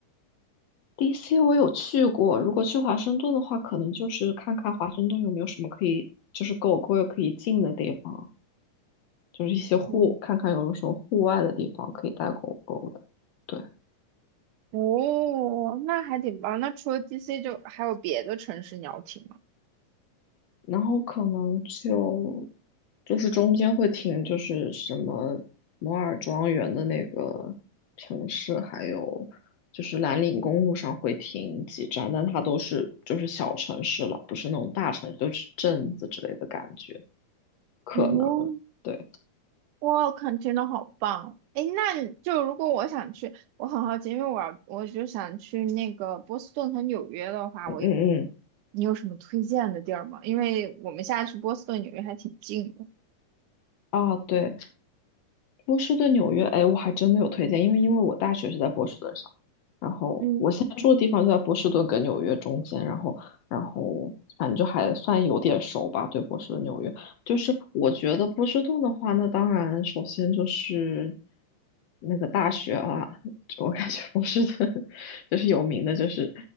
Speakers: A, on the left; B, on the right.
A: DC 我有去过，如果去华盛顿的话，可能就是看看华盛顿有没有什么可以，就是狗狗也可以进的地方，就是一些户，
B: 嗯。
A: 看看有没有什么户外的地方可以带狗狗的。对，
B: 哦，那还挺棒。那除了 DC，就还有别的城市你要听吗？
A: 然后可能就就是中间会停，就是什么摩尔庄园的那个城市，还有就是蓝岭公路上会停几站，但它都是就是小城市了，不是那种大城市，都是镇子之类的感觉，可能。
B: 哦，
A: 对。
B: 哇，看真的好棒！诶，那你就如果我想去，我很好奇，因为我要我就想去那个波士顿和纽约的话，
A: 嗯嗯
B: 我一你有什么推荐的地儿吗？因为我们现在去波士顿、纽约还挺近的。
A: 啊，对，波士顿、纽约，哎，我还真的有推荐，因为因为我大学是在波士顿上，然后我现在住的地方就在波士顿跟纽约中间，
B: 嗯，
A: 然后然后反正就还算有点熟吧，对波士顿、纽约，就是我觉得波士顿的话，那当然首先就是那个大学啊，<laughs> 我感觉波士顿 <laughs> 就是有名的，就是